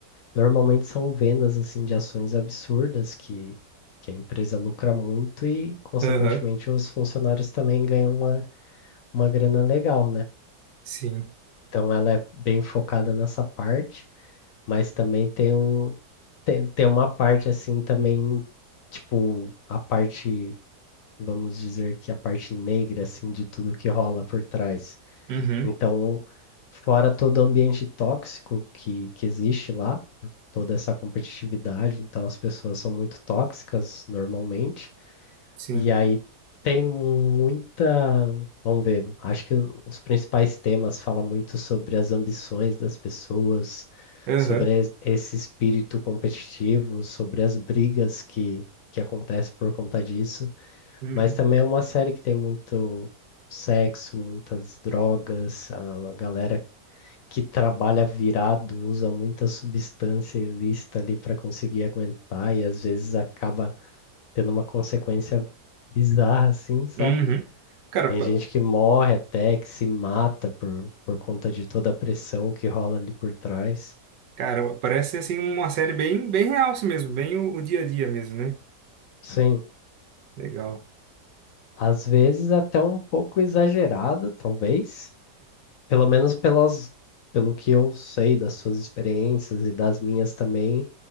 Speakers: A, on the left; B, on the right.
A: normalmente são vendas assim de ações absurdas que, que a empresa lucra muito e consequentemente
B: Aham.
A: os funcionários também ganham uma, uma grana legal, né?
B: Sim.
A: Então ela é bem focada nessa parte, mas também tem um, tem, tem uma parte assim também, tipo, a parte, vamos dizer que a parte negra assim de tudo que rola por trás.
B: Uhum.
A: Então, fora todo o ambiente tóxico que, que existe lá, toda essa competitividade, então as pessoas são muito tóxicas normalmente,
B: Sim.
A: e aí tem muita. Vamos ver, acho que os principais temas falam muito sobre as ambições das pessoas,
B: Aham.
A: sobre es- esse espírito competitivo, sobre as brigas que, que acontecem por conta disso,
B: Uhum.
A: mas também é uma série que tem muito sexo, muitas drogas, a galera que trabalha virado, usa muita substância ilícita ali para conseguir aguentar e às vezes acaba tendo uma consequência bizarra, assim, sabe?
B: Uhum. Cara,
A: Tem gente que morre até, que se mata por, por conta de toda a pressão que rola ali por trás.
B: Cara, parece ser, assim uma série bem, bem real assim mesmo, bem o, o dia a dia mesmo, né?
A: Sim,
B: Legal.
A: às vezes até um pouco exagerado, talvez. Pelo menos pelas, pelo que eu sei das suas experiências e das minhas também,